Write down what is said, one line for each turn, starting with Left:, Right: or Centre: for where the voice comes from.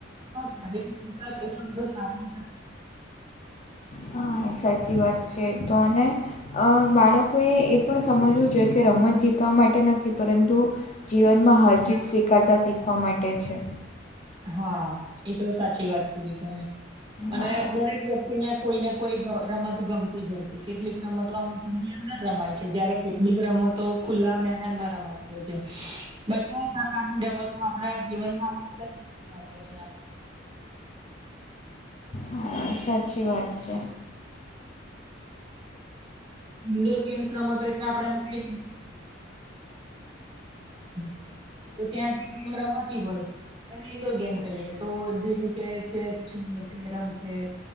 Right: શારીરિક વિકાસ એટલો બધો સારો <inaudible>
Left: હા સાચી વાત છે એ તો અને અ બાળકોએ એ પણ સમજવું જોઈએ કે રમત જીતવા માટે નથી પરંતુ જીવનમાં હરજીત સ્વીકારતા શીખવા માટે છે.
Right: હા એ તો સાચી વાત કીધી તમે અને
Left: હા
Right: દરેક વ્યક્તિને કોઈ ને કોઈ રમત ગમતી હોય છે કેટલીક રમતો આમની અંદર રમાય છે, જયારે કેટલીક રમતો ખુલ્લા મેદાનમાં રમાય છે બંને પ્રકારની રમતો આપણા જીવનમાં અલગ અલગ રીતે મહત્વ વધુ આપવું હોય
Left: હા સાચી વાત છે.
Right: ઇન્ડોર ગેમ્સ રમતો એટલે આપડે <unintelligible> તો ત્યાંથી ગેમ રમાતી હોય એને ઇન્ડોર ગેમ કહીએ, તો જેમ કે ચેસ, કેરમ છે